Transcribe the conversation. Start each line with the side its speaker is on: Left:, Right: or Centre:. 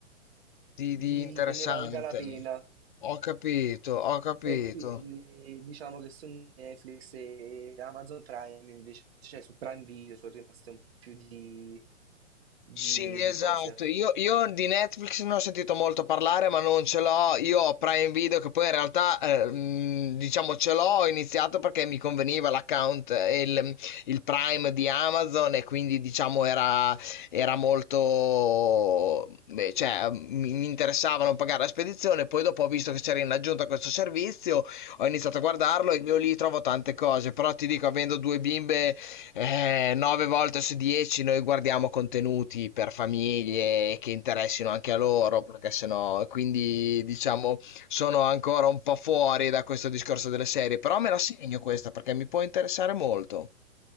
Left: di, di
Right: di
Left: interessante.
Right: che ne valga la pena.
Left: Ho capito, ho capito.
Right: E quindi diciamo che su Netflix e Amazon Prime invece, cioè su Prime Video sono rimaste un po' più di, di
Left: Sì, esatto.
Right: di cose.
Left: Io, io di Netflix ne ho sentito molto parlare, ma non ce l'ho. Io ho Prime Video, che poi in realtà, eh, mh, diciamo, ce l'ho. Ho iniziato perché mi conveniva l'account, eh, il, il Prime di Amazon, e quindi, diciamo, era, era molto. beh, cioè, mi, mi interessava non pagare la spedizione. Poi, dopo, ho visto che c'era in aggiunta questo servizio, ho iniziato a guardarlo e io lì trovo tante cose. Però ti dico, avendo due bimbe eh, nove volte su dieci noi guardiamo contenuti per famiglie che interessino anche a loro, perché sennò, quindi diciamo sono ancora un po' fuori da questo discorso delle serie, però me la segno questa perché mi può interessare molto.